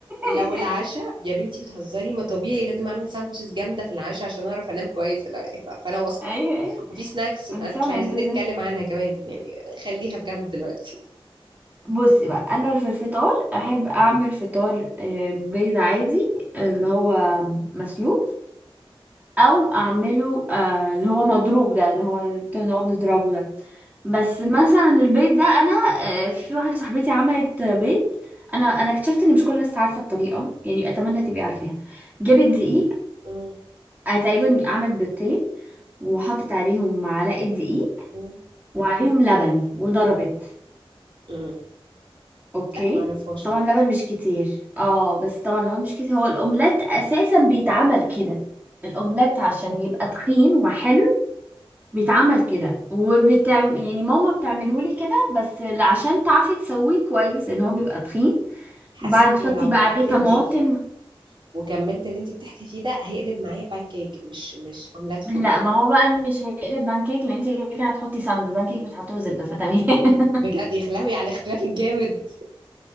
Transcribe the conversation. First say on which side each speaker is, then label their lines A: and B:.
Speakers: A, on the right (about 55°); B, on the right (about 15°).
A: لو
B: <laughs>
A: العشاء يا بنتي بتهزري ما طبيعي لازم اعمل ساندوتشز جامدة في العشاء عشان اعرف انام كويس لا، ف- فانا واثقة
B: ايوه ايوه
A: وفي سناكس
B: مش فاهمه
A: مش عايزين
B: انت ازاي
A: نتكلم عنها كمان يعني خليها في جنب دلوقتي
B: بصي بقى انا في الفطار احب اعمل فطار آه، بيض عادي اللي هو مسلوق او اعمله آه اللي هو مضروب ده اللي هو اللي بنقعد نضربه ده بس مثلا البيض ده انا آه في واحده صاحبتي عملت بيض انا انا اكتشفت ان مش كل الناس عارفه الطريقه يعني اتمنى تبقي عارفاها جابت دقيق
A: مم.
B: آه تقريبا عملت بيضتين وحطت عليهم معلقه دقيق
A: مم.
B: وعليهم لبن وضربت
A: امم
B: اوكي
A: لا ما اعرفهاش
B: بس طبعا
A: على فكرة
B: لبن مش كتير اه بس طبعا لبن مش كتير هو الاومليت اساسا بيتعمل كده الاومليت عشان يبقى تخين وحلو بيتعمل كده وبتعم يعني ماما بتعمله لي كده بس عشان تعرفي تسويه كويس ان هو بيبقى تخين
A: حاسة
B: بعد
A: اني
B: تحطي
A: لو حطيت
B: بقى عليه طماطم
A: دقيق وكملت اللي انت بتحكي فيه ده هيقلب معايا بانكيك مش مش اومليت
B: لا
A: خالص
B: ما هو بقى مش هيقلب بانكيك لان انت كده كده هتحطي سمن البانكيك بتحطيه زبده فتمام <laughs>
A: بجد يا خلاوي على الاختلاف الجامد